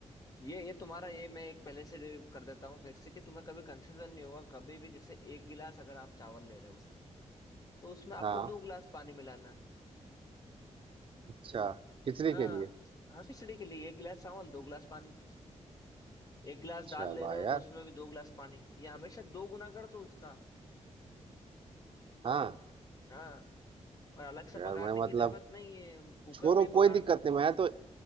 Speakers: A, on the left; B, on the right.
A: ये ये तुम्हारा ये मैं एक पहले से ये कर देता हूँ फिर से कि तुम्हें कभी कंफ्यूजन नहीं होगा कभी भी जैसे एक गिलास अगर आप चावल ले रहे हो तो उसमें आपको
B: हाँ
A: दो गिलास पानी मिलाना है
B: अच्छा खिचड़ी
A: हाँ
B: के लिए
A: हाँ खिचड़ी के लिए एक गिलास चावल दो गिलास पानी एक गिलास
B: अच्छा
A: दाल ले
B: वाह
A: रहे हो
B: यार
A: तो उसमें भी दो गिलास पानी ये हमेशा दो गुना कर दो उसका
B: हाँ
A: हाँ और अलग से
B: यार
A: बघाड़ने
B: मैं
A: की
B: मतलब
A: जरूरत नहीं है कुकर
B: छोड़ो
A: में ही बघाड़
B: कोई दिक्कत
A: दो उसको
B: नहीं मैं तो